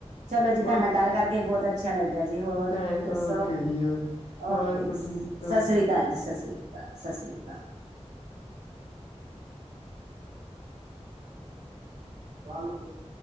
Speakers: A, on the right; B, on the left.
A: ਚਲੋ ਜੀ ਤੁਹਾਡੇ
B: ਬਸ
A: ਨਾਲ ਗੱਲ ਕਰਕੇ ਬਹੁਤ ਅ ਅੱਛਾ ਲੱਗਯਾ ਜੀ, ਹੋਰ
B: ਐ ਓਕੇ
A: ਦੱਸੋ
B: ਜੀ ਓਕੇ ਬਸ
A: ਓਕੇ ਜੀ
B: ਕੁਝ
A: ਸਸ
B: ਨਹੀਂ ਓਕੇ।
A: ਸ੍ਰੀ ਭਾਜੀ ਸਸ ਸ੍ਰੀ ਕਾਲ, ਸਸ ਸ੍ਰੀ ਕਾਲ। ਵਾਲਵ ਖੋਲੋਂ।